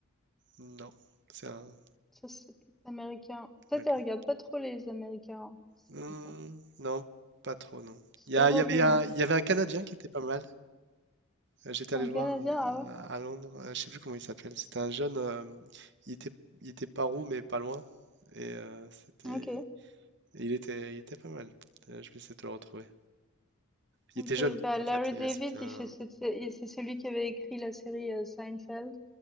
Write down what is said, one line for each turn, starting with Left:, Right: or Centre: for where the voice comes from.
Right: Non. C'est un...
Centre: Ça, c'est plus américain. Toi,
Right: D'accord.
Centre: tu regardes pas trop les Américains, hein, si
Right: Hmm,
Centre: j'ai bien compris.
Right: non, pas trop, non. Il y
Centre: Européens.
Right: a- il y avait un, il y avait un Canadien qui était pas mal. Euh, J'étais
Centre: Un
Right: allé le
Centre: Canadien?
Right: voir euh,
Centre: Ah
Right: à Londres, euh, je sais plus comment il s'appelle. C'était un jeune, euh, il était, il était pas roux mais pas loin. Et euh, c'était,
Centre: ouais? OK.
Right: et il était, il était pas mal. Euh, je vais essayer de te le retrouver. Il
Centre: OK.
Right: était jeune
Centre: Bah,
Right: en
Centre: Larry
Right: fait. et
Centre: David,
Right: C'était un.
Centre: il fait cette sé il c'est celui qui avait écrit la série, heu, Seinfeld.